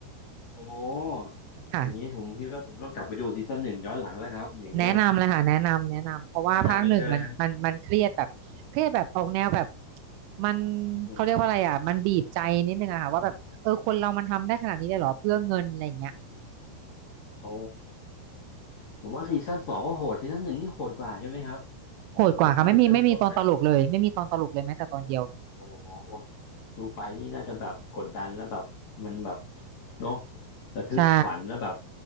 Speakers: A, on the left; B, on the right.
A: โอ้โห
B: ค่ะ
A: อย่างนี้ผมคิดว่าผมต้องกลับไปดูซีซั่นหนึ่งย้อนหลังแล้วครับอย่างเงี้ย
B: แนะนำเลยค่ะแนะนำแนะนำเพราะว่าภาคหนึ่งมันมันมันเครียดแบบเครียดแบบออกแนวแบบ
A: แนะนำเลยใช่ไหมครับ
B: มัน
A: อือหือ
B: เขาเรียกว่าอะไรอ่ะมันบีบใจนิดนึงอะค่ะว่าแบบเออคนเรามันทำได้ขนาดนี้เลยเหรอเพื่อเงินอะไรอย่างเงี้ย
A: โอ้ผมว่าซีซั่นสองก็โหดซีซั่นหนึ่งนี่โหดกว่าใช่ไหมครับ
B: โหดกว่าค่ะไม่มีไม่มีตอนตลกเลยไม่มีตอนตลกเลยแม้แต่ตอนเดียว
A: แบบว่าเริ่มต้นเลยโอ้โหดูไปนี่น่าจะแบบกดดันแล้วแบบมันแบบเนาะระทึกขวัญแล้วแบบ
B: ใช่